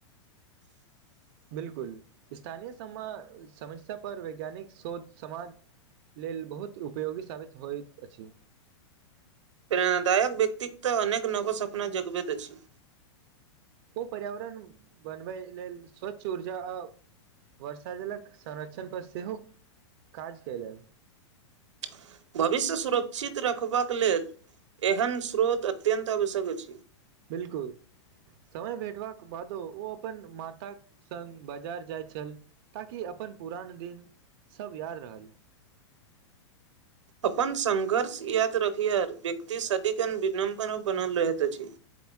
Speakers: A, on the right; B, on the right.
A: बिल्कुल स्थानीय सम समस्या पर वैज्ञानिक सोच समाज लेल बहुत उपयोगी साबित होइत अछि
B: प्रेरणादायक व्यक्तित्व अनेक नवो सपना जगबैत अछि
A: ओ पर्यावरण बनबैय लेल स्वच्छ ऊर्जा आ वर्षा जलक संरक्षण पर सेहो काज कयलनि
B: <inaudible> भविष्य सुरक्षित रखबाक लेल एहन स्रोत अत्यन्त आवश्यक अछि
A: बिलकुल समय भेटवा बादो ओ अपन माता संग बाजार जाय छल ताकि अपन पुरान दिन सब याद रहल
B: अपन संघर्ष याद रखियार व्यक्ति सदिखन विनम्र बनल रहैत अछि